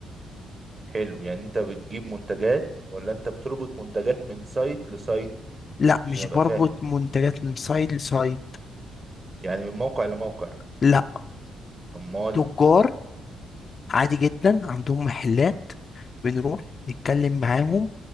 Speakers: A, on the right; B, on the left.
A: حلو يعني انت بتجيب منتجات ولا انت بتربط منتجات من سايت لسايت
B: لا مش
A: عشان ابقى
B: بربط
A: فاهم
B: منتجات من سايت لسايت
A: يعني من موقع لموقع
B: لا
A: امال
B: تجار عادي جدا عندهم محلات بنروح نتكلم معاهم